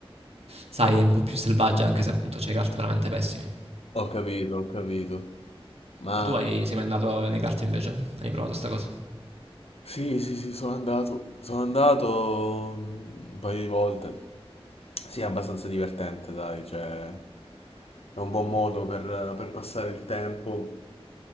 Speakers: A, on the right; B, on the left.
A: sai,
B: Ho
A: è un po' più selvaggia anche se appunto c'hai carte veramente pessimi.
B: ho capito, ho capito. Ma
A: Ma tu hai, sei mai andato nei carte invece? Hai provato sta cosa?
B: Sì, sì, sì, sono andato, sono andato mm, un paio di volte. Sì, è abbastanza divertente, dai, cioè è un buon modo per, per passare il tempo